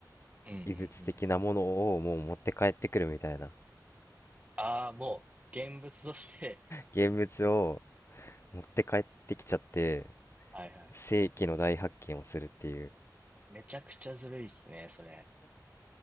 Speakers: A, on the right (about 20°); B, on the left (about 35°).
A: うんうんうん。
B: 遺物的なものをもう持って帰ってくるみたいな。
A: ああ、もう、現物として
B: 現物を持って帰ってきちゃって、
A: <laughs> はいはい。
B: 世紀の大発見をするっていう。
A: めちゃくちゃずるいっすね、それ。